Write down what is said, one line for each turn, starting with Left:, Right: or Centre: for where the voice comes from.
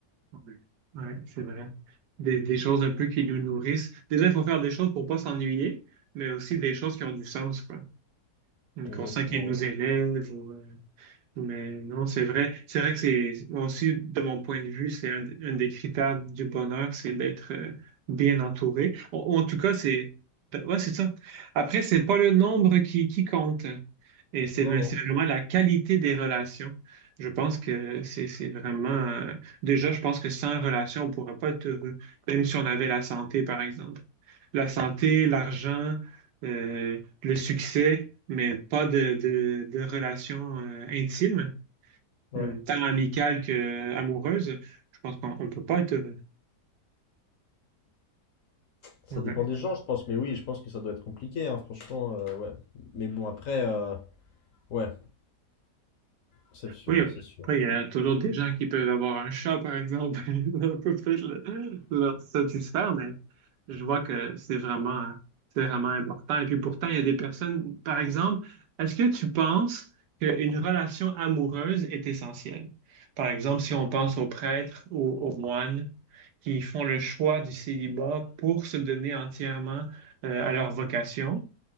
Right: ah. Ouais, c'est vrai. Des, des choses un peu qui nous nourrissent. Déjà, il faut faire des choses pour pas s'ennuyer, mais aussi des choses qui ont du sens, quoi.
Left: Exactement
Right: Qu'on sent qu'ils nous
Left: ouais.
Right: élèvent ou... euh, Mais non, c'est vrai. C'est vrai que c'est moi aussi, de mon point de vue, c'est un, un des critères du bonheur, c'est d'être euh, bien entouré. En, en tout cas, c'est ben, ouais, c'est ça. Après, c'est pas le nombre qui, qui compte. Et c'est
Left: Non
Right: mais
Left: non.
Right: c'est vraiment la qualité des relations. Je pense que c'est c'est vraiment euh, déjà, je pense que sans relation, on pourrait pas être heureux, même si on avait la santé, par exemple. La santé, l'argent, euh, le succès, mais pas de, de, de relations euh, intimes
Left: Ouais.
Right: Hmm, tant amicale que euh, amoureuse, je pense qu'on ne peut pas être heureux.
Left: Ça
Right: Ouais.
Left: dépend des gens je pense, mais oui je pense que ça doit être compliqué hein, franchement euh, ouais. Mais bon après euh, ouais c'est sûr
Right: Oui, après,
Left: c'est sûr.
Right: il y a toujours des gens qui peuvent avoir un chat, par exemple, <laughs> et on peut peut-être le- leur satisfaire, mais je vois que c'est vraiment, c'est vraiment important. Et puis pourtant, il y a des personnes, par exemple, est-ce que tu penses qu'une relation amoureuse est essentielle? Par exemple, si on pense aux prêtres ou aux moines qui font le choix du célibat pour se donner entièrement euh, à leur vocation,